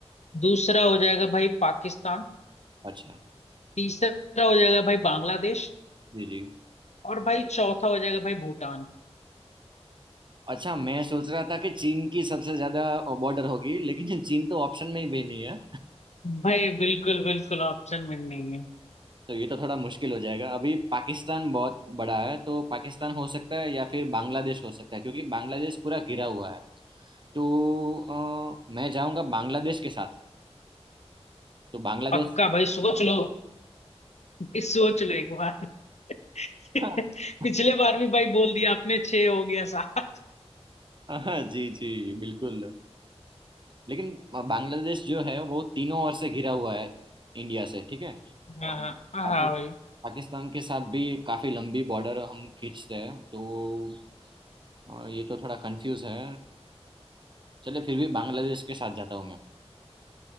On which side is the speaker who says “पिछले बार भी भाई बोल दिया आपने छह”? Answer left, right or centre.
Left